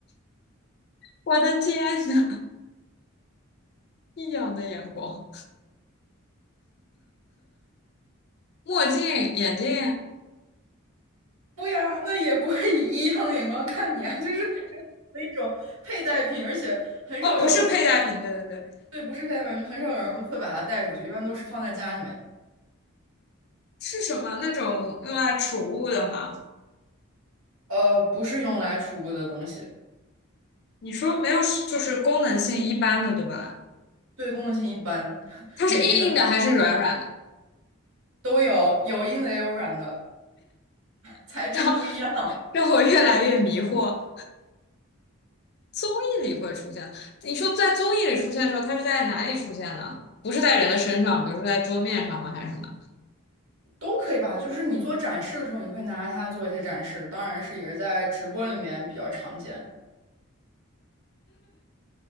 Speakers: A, on the left; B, on the right.
A: 我的天呐，异样的眼光，墨镜、眼镜，
B: 不呀，那也不会以异样的眼光看你啊，就是的一种佩戴品，而且很少有人会，
A: 哦，不是佩戴品，对对对，
B: 对，不是佩戴品，就很少有人会把它带出去，一般都是放在家里面，
A: 是什么那种用来储物的吗？
B: 呃，不是用来储物的东西，
A: 你说没有，就是功能性一般的，对吧？
B: 对功能性一般，<laughs>
A: 它是硬硬的还是软软的？
B: 美丽的都有，有硬的也有软的，材质不一样，
A: <laughs> 让让我越来越迷惑。综艺里会出现，你说在综艺里出现的时候，它是在哪里出现呢？不是在人的身上，比如说在桌面上吗？还是什么？
B: 都可以吧？就是你做展示的时候，你会拿它做一些展示，当然是也是在直播里面比较常见，